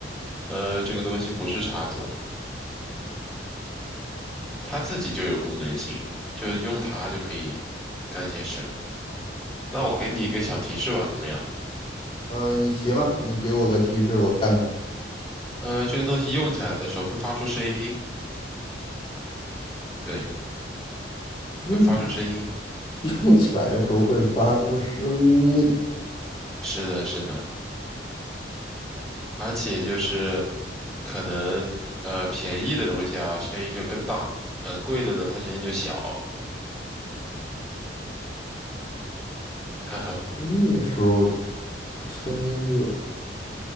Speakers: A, in the centre; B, on the left.
A: 呃，这个东西不是插座，它自己就有功能性，就用它就可以干些事。那我给你一个小提示吧，怎么样？
B: 嗯、你行啊，你给我个提示，我看看。
A: 呃，这个东西用起来的时候会发出声音，对，
B: 用
A: 会发出声音。
B: 用起来的时候会发出声音，
A: 是的，是的，而且就是可能呃便宜的东西啊，声音就更大，呃贵的呢，它声音就小。<laughs>
B: 用力的时候声音就